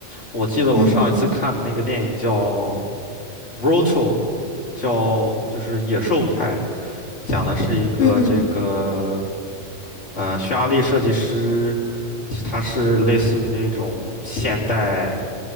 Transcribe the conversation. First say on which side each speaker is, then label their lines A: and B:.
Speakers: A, on the left; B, on the left.
A: 我记得我上一次看的那个电影叫
B: 嗯嗯嗯
A: 《Brutal》，叫就是《野兽派》，讲的是一个这个
B: 嗯嗯嗯
A: 呃匈牙利设计师，他是类似于那种现代。